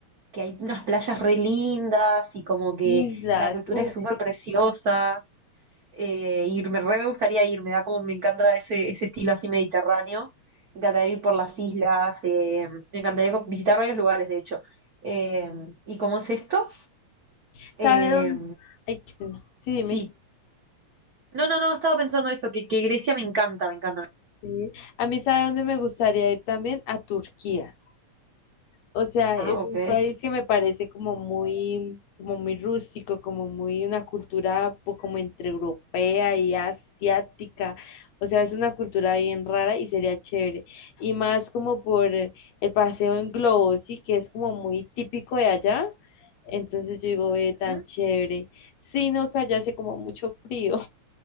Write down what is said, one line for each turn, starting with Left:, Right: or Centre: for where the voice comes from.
Right: que hay unas playas re lindas y como que
Left: Islas,
Right: la cultura
Left: uh,
Right: es súper preciosa. Eh, y me re me gustaría ir, me da como, me encanta ese, ese estilo así mediterráneo. Me encantaría ir por las islas, eh, me encantaría co- visitar varios lugares, de hecho. Eh, ¿y cómo es esto?
Left: ¿sabe
Right: Eh,
Left: dónde? Ay, qué pena. Sí, dime.
Right: sí. No, no, no, estaba pensando eso, que, que Grecia me encanta, me encanta.
Left: Sí. A mí, ¿sabe dónde me gustaría ir también? A Turquía. O sea,
Right: Ah,
Left: es
Right: ok.
Left: un país que me parece como muy, como muy rústico, como muy una cultura po- como entre europea y asiática. O sea, es una cultura bien rara y sería chévere. Y más como por el paseo en globo, sí, que es como muy típico de allá. Entonces yo digo, ve, tan
Right: Ujú.
Left: chévere. Sino que allá hace como mucho frío.